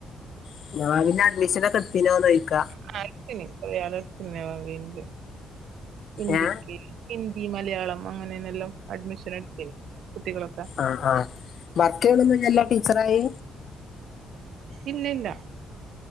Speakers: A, on the left; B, on the right.
A: <unintelligible> പിന്നെ അഡ്മിഷന ഒക്കെ എടുത്തീനയിക് എന്ന് ചോദിക്ക
B: <unintelligible> കൊയാളത്തിന്നെ <unintelligible> ഹിന്ദിക്ക്
A: ഏ
B: ഹിന്ദി മലയാളം അങ്ങനെന്നെല്ലാം അഡ്മിഷൻ എടുത്തരും കുട്ടികളൊക്കെ
A: ആഹ് ആഹ് വർക്ക് ചെയ്യണല്ല ടീച്ചറായി
B: ഇല്ലില്ലാ